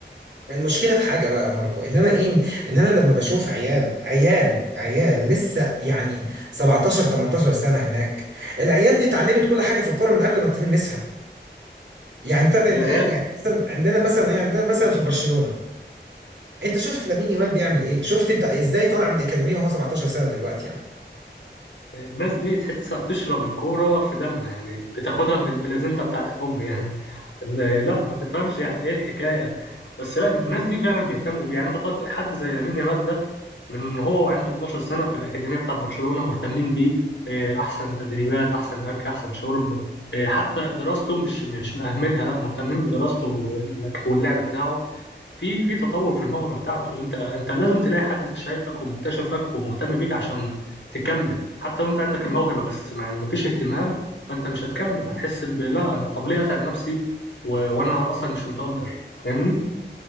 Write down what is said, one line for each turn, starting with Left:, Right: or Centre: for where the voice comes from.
Right: المشكله في حاجه بقى يا ماركو ان انا ايه ان انا لما بشوف عيال عيال عيال لسه يعني 17 18 سنه هناك العيال دي اتعلمت كل حاجه في الكوره من قبل ما تلمسها يعني طبعا ايه
Left: العيال
Right: يعني مثلا عندنا مثلا ايه عندنا مثلا في برشلونه انت شفت لامين يامال بيعمل ايه شفت انت ازاي طالع من الاكاديميه وهو 17 سنه دلوقتي يعني
Left: الناس دي تحسها بتشرب الكوره في دمها يعني بتاخدها من البلازنتا بتاعت الام يعني إن- لا ما تفهمش يعني ايه الحكايه بس لا الناس دي فعلا بيهتموا بيه يعني انت طالع حد زي لامين يامال ده من هو وعنده 12 سنه في الاكاديميه بتاعت برشلونه مهتمين بيه إيه، احسن تدريبات احسن اكل احسن شرب إيه، حتى دراسته مش مش مأهملها لا مهتمين بدراسته وال- واللعب بتاعه في في تطور في الموهبه بتاعته انت انت لازم تلاقي حد شايفك ومكتشفك ومهتم بيك عشان تكمل حتى لو انت عندك الموهبه بس ما ما فيش اهتمام فانت مش هتكمل هتحس ب لا انا طب ليه اتعب نفسي و... وانا اصلا مش متقدر فاهمني